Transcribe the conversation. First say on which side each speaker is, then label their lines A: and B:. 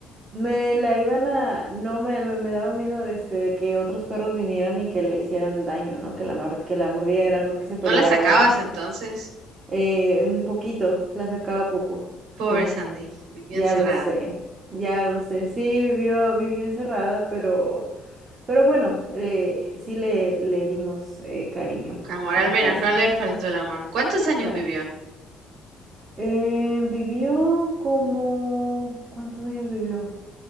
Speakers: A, on the right; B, on the right.
A: Me la iban a, no, me, me, me daba miedo este de que otros perros vinieran y que le hicieran daño, ¿no? Que la, mor- que la mordieran, que se peleara.
B: ¿No la sacabas entonces?
A: Eh, un poquito, la sacaba poco,
B: Pobre
A: sí.
B: Sandy, vivió
A: Ya
B: encerrada.
A: lo sé, ya lo sé. Sí, vivió, vivió encerrada, pero, pero bueno, eh, sí le, le dimos eh, cariño
B: Amor,
A: en
B: al menos
A: casa.
B: no le faltó el amor. ¿Cuántos años
A: Claro.
B: vivió?
A: Eh, vivió como, ¿cuántos años vivió?